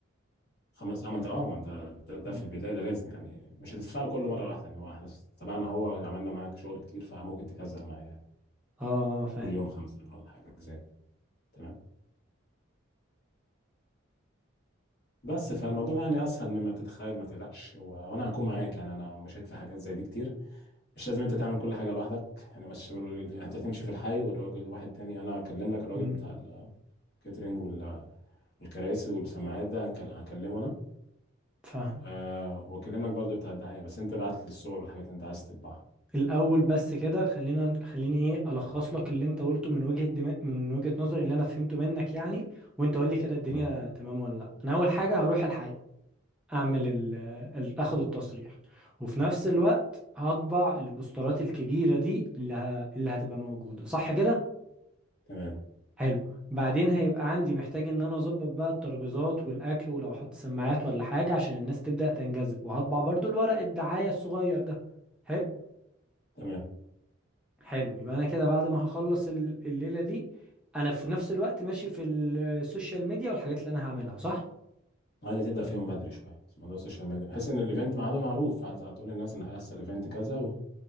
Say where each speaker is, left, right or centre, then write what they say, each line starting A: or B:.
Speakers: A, on the left; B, in the centre.
A: خمس أما أنت أه ما أنت ده, ده
B: مم.
A: في البداية ده لازم يعني مش هتدفع له كل مرة واحدة يعني هو إحنا تبعنا هو عملنا معاك شغل كتير فممكن تكزع معاه يعني
B: اه فاهم
A: كل يوم خمسة ولا حاجة زي كده تمام بس فالموضوع يعني اسهل مما تتخيل ما تقلقش و... وانا هكون معاك يعني انا مشيت في حاجات زي دي كتير مش لازم انت تعمل كل حاجه لوحدك يعني مش يعني انت تمشي في الحي والراجل واحد تاني انا اكلم لك الراجل
B: مم،
A: بتاع الكاترينج وال... والكراسي والسماعات ده هنكل- هكلمه انا
B: فاهم
A: أه واكلم لك برضه بتاع الدعايه بس انت بعت لي الصور والحاجات اللي انت عايز تطبعها
B: الاول بس كده خلينا خليني ايه الخص لك اللي انت قلته من وجهة دماغ من وجهة نظري اللي انا فهمته منك يعني وانت قول لي كده الدنيا
A: تمام
B: تمام ولا لا انا اول حاجة هروح الحي اعمل ال... ال... اخد التصريح وفي نفس الوقت هطبع البوسترات الكبيرة دي اللي ه... اللي هتبقى موجودة صح كده
A: تمام
B: حلو بعدين هيبقى عندي محتاج ان انا اظبط بقى الترابيزات والاكل ولو احط سماعات ولا حاجه عشان الناس تبدا تنجذب وهطبع برضو الورق الدعايه الصغير ده حلو
A: تمام
B: حلو يبقى انا كده بعد ما هخلص ال- الليله دي انا في نفس الوقت ماشي في السوشيال ميديا والحاجات اللي انا هعملها صح
A: عايز تبدا فيهم بدري شويه بس موضوع السوشيال ميديا بحيث ان الايفنت ميعاده معروف هت- هتقول للناس ان هيحصل ايفنت كذا و...